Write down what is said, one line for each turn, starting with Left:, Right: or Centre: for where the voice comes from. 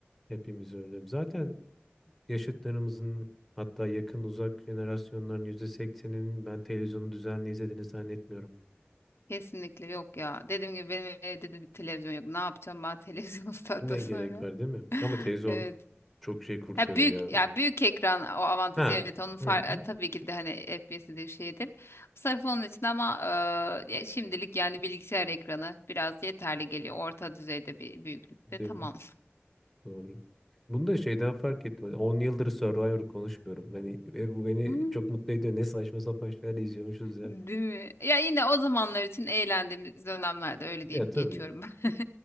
Centre: Hepimiz öyle. Zaten yaşıtlarımızın hatta yakın uzak jenerasyonların %80'inin ben televizyonu düzenli izlediğini zannetmiyorum.
Left: Kesinlikle yok ya. Dediğim gibi benim evde de bir televizyon yok. Ne yapacağım ben televizyonu <laughs> saatten
Centre: Ne
Left: sonra?
Centre: gerek var değil mi?
Left: <laughs>
Centre: Ama televizyon
Left: Evet.
Centre: çok şey kurtarıyor
Left: Ya büyük
Centre: ya.
Left: ya büyük ekran o avantajı
Centre: Ha.
Left: evet onun far,
Centre: Hı
Left: e,
Centre: hı.
Left: tabii ki de hani FPS'dir şeydir. Bu Sırf onun için ama e, ya şimdilik yani bilgisayar ekranı biraz yeterli geliyor. Orta düzeyde bir büyüklükte
Centre: Değil
Left: tamam.
Centre: mi? Doğru. Bunu da şeyden fark ettim. Hani 10 yıldır Survivor konuşmuyorum. Hani, ve bu beni
Left: <laughs>
Centre: çok mutlu ediyor. Ne saçma sapan şeyler izliyormuşuz ya.
Left: Değil mi? Ya yine o zamanlar için eğlendiğimiz dönemlerde öyle deyip
Centre: Ya tabii.
Left: geçiyorum ben. <laughs>